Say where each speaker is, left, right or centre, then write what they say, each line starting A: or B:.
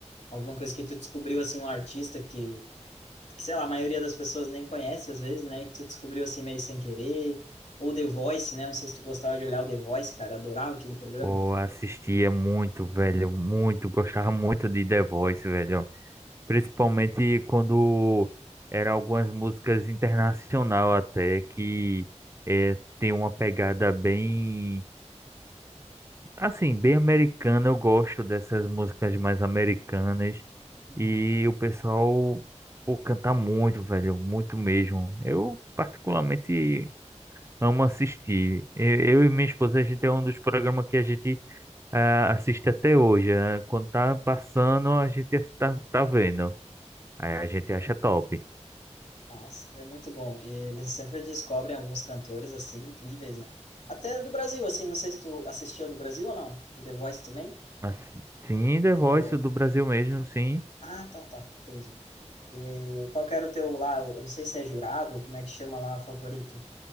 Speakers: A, on the left (about 70°); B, on the right (about 25°).
A: alguma coisa que tu descobriu assim um artista que, que sei lá, a maioria das pessoas nem conhece às vezes, né? E que tu descobriu assim meio sem querer, ou The Voice, né? Não sei se tu gostava de olhar o The Voice, cara, adorava aquele programa.
B: Pô, assistia muito, velho, muito, gostava muito de The Voice, velho. Principalmente quando eram algumas músicas internacional até, que eh, tem uma pegada bem, assim, bem americana. Eu gosto dessas músicas mais americanas.
A: Uhum.
B: E o pessoal, pô, canta muito, velho, muito mesmo. Eu, particularmente, amo assistir. Eu, eu e minha esposa, a gente é um dos programas que a gente ah, assiste até hoje. ah, Quando tá passando, a gente tá, tá vendo. Aí a gente acha top.
A: Nossa, é muito bom. E eles sempre descobrem alguns cantores assim incríveis, né? Até do Brasil, assim, não sei se tu assistiu do Brasil ou não, o The Voice também?
B: Assim, sim, The Voice
A: Ou...
B: do Brasil mesmo, sim.
A: Ah, tá, tá, entendi. E qual que era o teu lá? Eu não sei se é jurado, ou como é que chama lá, favorito?